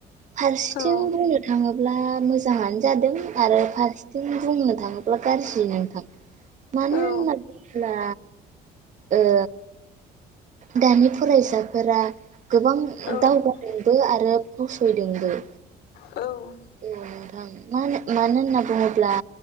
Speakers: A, on the right; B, on the left.
A: फारसेथिं
B: औ
A: बुंनो थाङो अब्ला मोजाङानो जादों आरो फारसेथिं बुंनो थाङोब्ला गाज्रि नोंथां मानिन
B: औ
A: मादला ओ दानि फरायसाफोरा गोबां
B: औ
A: दावगादोंबो आरो फावसयदोंबो
B: औ
A: औ नोंथां म मानो होनना बुङोब्ला